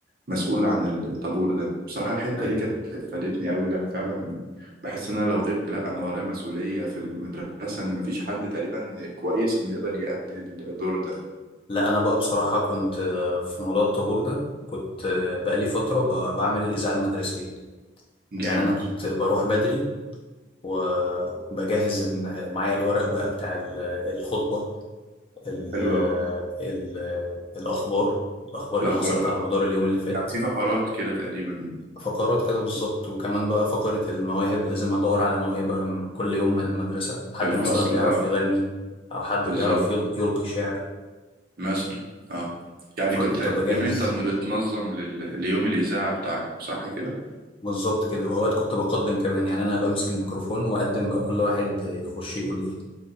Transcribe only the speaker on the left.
ايوه
لا انا بقى بصراحة كنت آه، في موضوع الطابور ده كنت آه، بقالي فترة ب- بعمل الإذاعة المدرسية
يعني انا كنت بروح بدري وبجهز إن- معايا الورق بقى بتاع ال- الخطبة ال
ال الأخبار الأخبار
اللي حصلت على
مدار اليوم اللي فات
فقرات كده بالظبط وكمان بقى فقرة المواهب لازم أدور على موهبة من كل يوم من المدرسة حد
مثلا بيعرف
يغني أو حد
بيعرف يل- يلقي شعر
فكنت
بجهز
بالظبط كده وأوقات كنت بقدم كمان يعني أنا بمسك الميكروفون وأقدم بقى كل واحد يخش يقول إيه